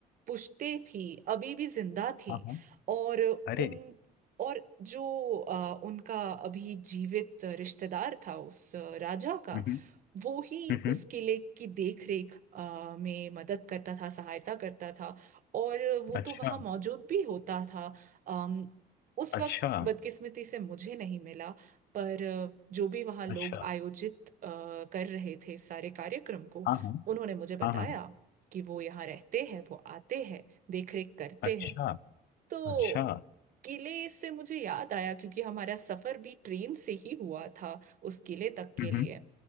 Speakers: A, on the right; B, on the left.
A: पुश्तें थी अभी भी जिंदा थी
B: हाँ हाँ
A: और
B: अरे
A: उन और जो अ, उनका अभी जीवित रिश्तेदार था उस अ, राजा का
B: हम्म
A: वो ही
B: हम्म
A: उस किले की देख रेख में मदद करता था सहायता करता था और वो
B: अच्छा
A: तो वहाँ मौजूद भी होता था अम, उस
B: अच्छा
A: वक्त बदकिस्मती से मुझे नहीं मिला पर अ, जो भी वहाँ लोग
B: अच्छा
A: आयोजित अ, कर रहे थे इस सारे कार्यक्रम को
B: हाँ हाँ
A: उन्होंने मुझे बताया
B: हाँ हाँ
A: कि वो यहाँ रहते हैं वो आते हैं देखरेख करते
B: अच्छा
A: हैं तो
B: अच्छा
A: किले से मुझे याद आया क्योंकि हमारा सफर भी ट्रेन से ही हुआ था उस किले तक के
B: हम्म
A: लिए